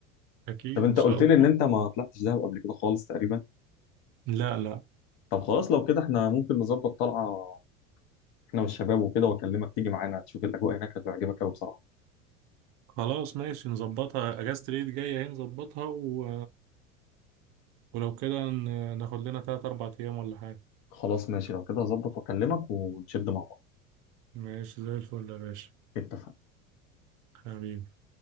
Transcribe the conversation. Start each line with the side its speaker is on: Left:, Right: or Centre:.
Right: اكيد
Left: طب انت
Right: ان شاء
Left: قلت
Right: الله
Left: لي ان انت ما طلعتش دهب قبل كده خالص تقريبا
Right: لا لا
Left: طب خلاص لو كده احنا ممكن نظبط طلعه احنا والشباب وكده واكلمك تيجي معانا تشوف الاجواء هناك هتعجبك قوي بصراحه
Right: خلاص ماشي نظبطها اجازة العيد جاية اهي نظبطها و... ولو كده ن- ناخد لنا 3 4 ايام ولا حاجة
Left: خلاص ماشي لو كده هظبط واكلمك ونشد مع بعض
Right: ماشي زي الفل يا باشا
Left: اتفقنا
Right: حبيبي